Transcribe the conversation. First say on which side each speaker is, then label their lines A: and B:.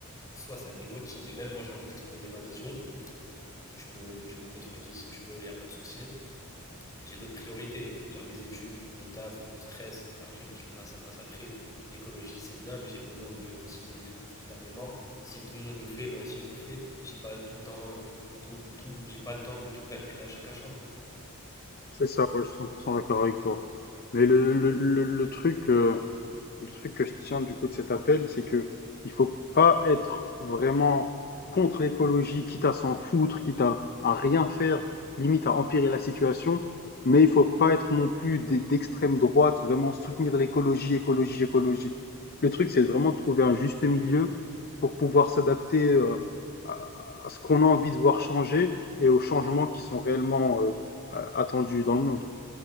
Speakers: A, on the left (about 15°); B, on the left (about 45°).
A: soit ça démotive, et même moi j'ai envie de t'exposer ma vision, tu me, tu me contredis si tu veux, il n'y a pas de souci j'ai d'autres priorités. Je gère mes études, mon taf, mon stress. Après, le climat, ça passe après. L'écologie, c'est bien, mais j'ai besoin de, aussi de vivre confortablement. Si tout le monde le fait, moi aussi je le fais. Et j'ai pas tout le temps, tout, tout, j'ai pas le temps de tout calculer à chaque achat.
B: C'est ça, ouais, je suis 100% d'accord avec toi. Mais le, le, le, le truc, euh, Le truc que je tiens du coup de cet appel, c'est que il faut pas être vraiment contre l'écologie, quitte à s'en foutre, quitte à, à rien faire, limite à empirer la situation, mais il faut pas être non plus des- d'extrême droite, vraiment soutenir l'écologie, écologie, écologie. Le truc, c'est vraiment de trouver un juste milieu pour pouvoir s'adapter euh, à, à ce qu'on a envie de voir changer et aux changements qui sont réellement euh, a- attendus dans le monde.